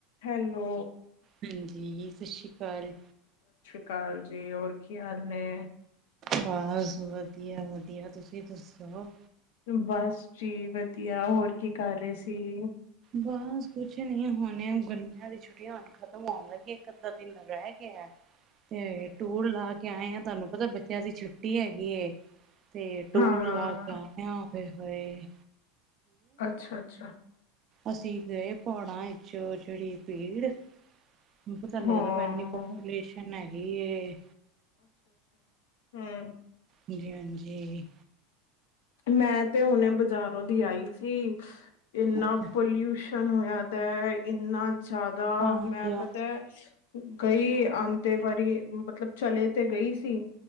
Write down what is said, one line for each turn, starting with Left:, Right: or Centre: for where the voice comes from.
Left: Hello.
Right: ਹਾਂਜੀ, ਸ਼ਾਸਰੀ ਕਾਲ
Left: ਕਾਲ ਜੀ, ਹੋਰ ਕੀ ਹਾਲ ਨੇ
Right: ਬਸ, ਵਧੀਆ-ਵਧੀਆ, ਤੁਸੀ ਦੱਸੋ
Left: ਬਸ ਜੀ, ਵਧੀਆ, ਹੋਰ ਕੀ ਕਰ ਰੇ ਸੀ?
Right: ਬਸ ਕੁਛ ਨੀ ਹੁਣ ਗਰਮਿਆਂ ਦੀਆ ਛੁੱਟੀਆਂ ਹੁਣ ਖਤਮ ਹੋਣ ਲਗੀ ਇਕ ਅੱਧਾ ਦਿਨ ਰਹਿ ਗਿਆ। ਤੇ ਟੂਰ ਲਾ ਕੇ ਆਏ ਆ ਤੁਹਾਨੂੰ ਪਤਾ ਬੱਚਿਆਂ ਦੀ ਛੁੱਟੀ ਹੈਗੀ ਤੇ ਟੂਰ
Left: ਹਾਂ
Right: ਲਾ ਕੇ ਆਣੇ ਓਏ ਹੋਏ
Left: ਅੱਛਾ-ਅੱਛਾ,
Right: ਅਸੀ ਗਏ ਪਹਾੜਾਂ ਵਿੱਚ ਜਿਹੜੀ ਭੀੜ <unintelligible> ਲੱਗਦਾ
Left: ਹਾਂ
Right: ਇਨੀ ਪਾਪੂਲੇਸ਼ਨ ਹੈਗੀ ਏ।
Left: ਹਾਂ,
Right: ਜੀ ਹਾਂਜੀ-
Left: ਮੈਂ ਤੇ ਹੁਣੇ ਬਾਜ਼ਾਰੋ ਦੀ ਆਈ ਸੀ ਇਨਾ
Right: ਹਾਂਜੀ,
Left: ਪੋਲੂਸ਼ ਨੂੰ ਹੋਏ ਦਾ ਇਨਾ ਜ਼ਿਆਦਾ
Right: ਹਾਂਜੀ
Left: ਮੈਂ ਪਤਾ ਗਈ ਆਂਦੇ ਵਾਰੀ ਮਤਲਬ ਚਲੇ ਤੇ ਗਈ ਸੀ